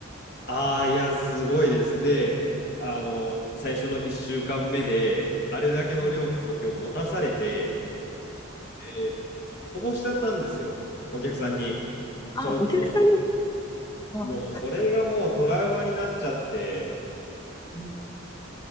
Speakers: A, on the left; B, on the left.
A: ああ、いや、すごいです。で、あの、最初の一週間目で、あれだけの量の除去を持たされて、
B: はい、
A: でこぼしちゃったんですよ、お客さんに。
B: あ、
A: ちょろっと。
B: お客さんに、わ、
A: もう、それがもうトラウマになっちゃって、
B: うん